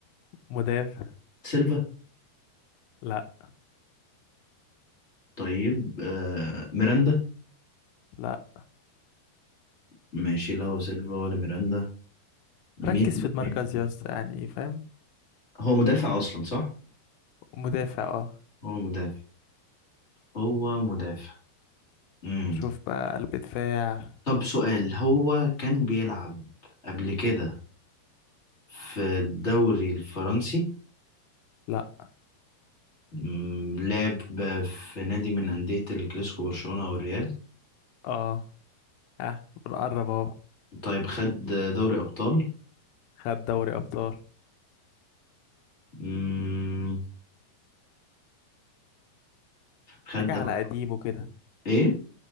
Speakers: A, on the left (about 80°); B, on the left (about 25°).
A: مدافع
B: سيلفا
A: لا
B: طيب آه... ميراندا
A: لا
B: ماشي لا هو سيلفا ولا ميراندا مين
A: ركز
B: ده
A: في المركز
B: تاني
A: يا اسطى يعني فاهم
B: هو مدافع اصلا صح
A: مدافع اه
B: هو مدافع هو مدافع امم
A: شوف بقى قلب دفاع
B: طب سؤال هو كان بيلعب قبل كده في الدوري الفرنسي
A: لا
B: مم، لعب ب- في نادي من أندية الكلاسيكو برشلونة أو الريال
A: اه اه بنقرب اهو
B: طيب خد دوري أبطال
A: خد دوري ابطال
B: امم خد
A: حاجة
B: دوري
A: على قديمه كده
B: ايه